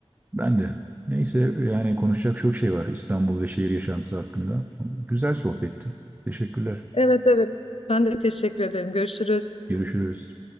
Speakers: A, on the right; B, on the left.
A: ben de neyse yani konuşacak çok şey var İstanbul ve şehir yaşantısı hakkında. Güzel sohbetti. Teşekkürler.
B: Evet evet. Ben de teşekkür ederim. Görüşürüz.
A: Görüşürüz.